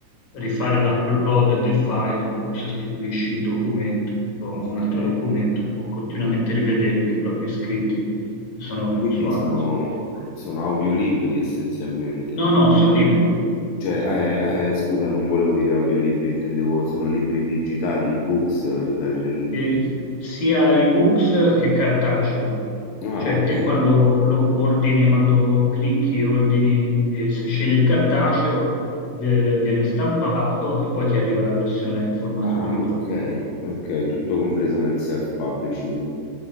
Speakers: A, on the left; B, on the left.
A: rifare l'upload del file, per cui sostituisci il documento a un
B: Ok,
A: altro documento, può continuamente rivederli i propri iscritti che sono
B: quindi
A: su Amazon.
B: sono, sono audiolibri essenzialmente.
A: No, no, sono libri.
B: Cioè, eh, eh, scusa, non volevo dire audiolibri, intendevo sono libri digitali, ebooks, cioè del...
A: eh, sia ebooks che cartaceo.
B: Ah,
A: Cioè
B: ok.
A: te quando lo ordini, quando clicchi e ordini, eh, se scegli il cartaceo, eh, viene stampato e poi ti arriva la versione formato
B: Ah,
A: libro.
B: ok, ok, tutto compreso nel self-publishing.